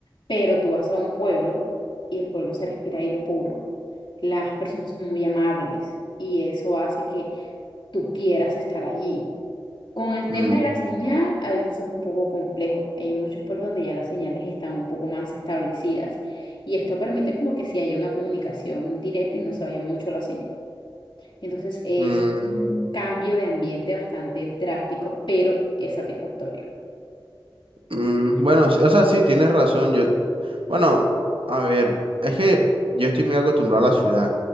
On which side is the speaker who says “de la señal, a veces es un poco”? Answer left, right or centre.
Left